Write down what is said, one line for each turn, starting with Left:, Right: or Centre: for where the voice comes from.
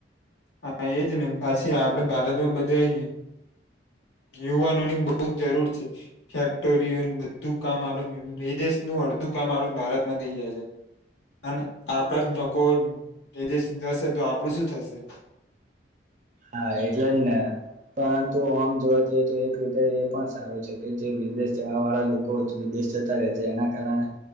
Left: હા એજ ને પાછી આપડે ભારતમાં બધેય યુવાનોની બહું જ જરૂર છે. ફેક્ટરીઓન બધું કામ <unintelligible> વિદેશનું અડધું કામ આપડે ભારતમાં થઈ જાય છે, અને આપડા જ લોકો વિદેશ જશે તો આપડું શું થશે?
Right: હા એટલે જ ને, પરંતુ ઓમ જોવા જઈએ તો એક રીતે એ પણ સારું છે, કે જે વિદેશ જવા વાળા લોકો વિદેશ જતા રહે છે, એના કારણે